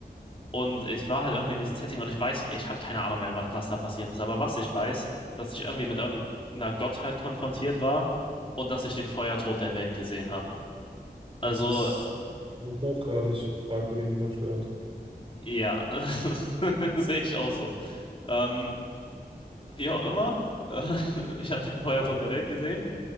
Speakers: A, on the left (about 30°); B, on the right (about 35°).
A: und ich war halt irgendwie in diesem Setting und ich weiß, ich habe keine Ahnung mehr, wa was da passiert ist, aber was ich weiß, ist, dass ich irgendwie mit irgendeiner Gottheit konfrontiert war und dass ich den Feuertod der Welt gesehen habe. Also,
B: Das ist hochgradig fragwürdig und verstörend.
A: ja, <laughs> sehe ich auch so. Ähm, wie auch immer, äh, <laughs> ich habe den
B: Ja,
A: Feuertod der Welt gesehen.